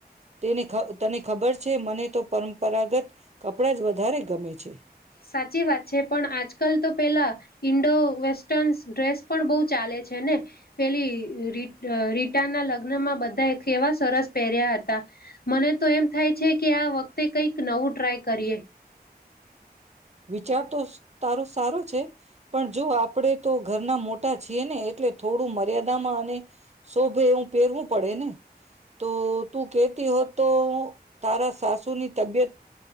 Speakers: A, on the right (about 40°); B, on the left (about 65°).
A: તેને તને ખબર છે મને તો પરંપરાગત કપડાં જ વધારે ગમે છે.
B: સાચી વાત છે. પણ આજકાલ તો પેલા ઈન્ડોવેસ્ટર્ન ડ્રેસ પણ બહુ ચાલે છે ને. પેલી રીટ રીટાના લગ્નમાં બધાએ કેવા સરસ પહેર્યા હતા. મને તો એમ થાય છે કે આ વખતે કંઈક નવું ટ્રાય કરીએ.
A: વિચાર તો તારો સારો છે. પણ જો આપણેે તો ઘરના મોટા છીએ ને એટલે થોડું મર્યાદામાં અને શોભે એવું પહેરવું પડે ને તો તું કેતી હોત તો તારા સાસુની તબિયત